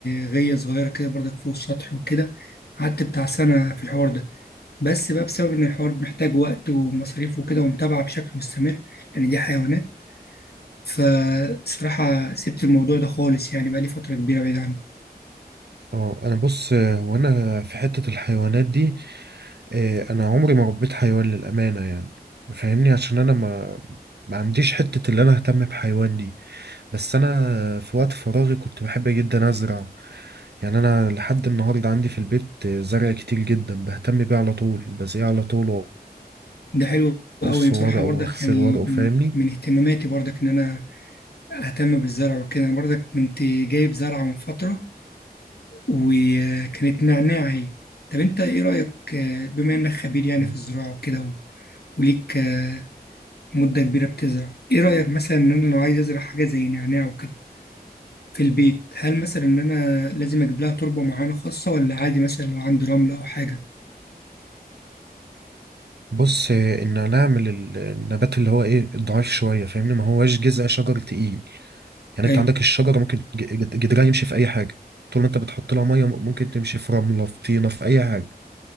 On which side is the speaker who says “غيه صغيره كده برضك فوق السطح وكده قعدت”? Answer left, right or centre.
Left